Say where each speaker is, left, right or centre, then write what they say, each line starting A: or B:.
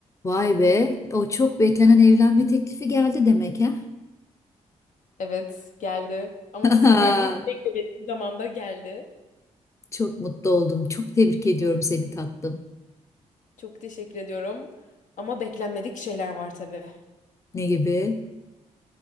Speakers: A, on the left; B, on the left.
A: Vay be, o çok beklenen evlenme teklifi geldi demek ha?
B: Evet, geldi. Ama
A: <laughs>
B: bu sefer değil, beklediğim zamanda geldi.
A: Çok mutlu oldum. Çok tebrik ediyorum seni tatlım.
B: Çok teşekkür ediyorum. Ama beklenmedik şeyler var tabii.
A: Ne gibi?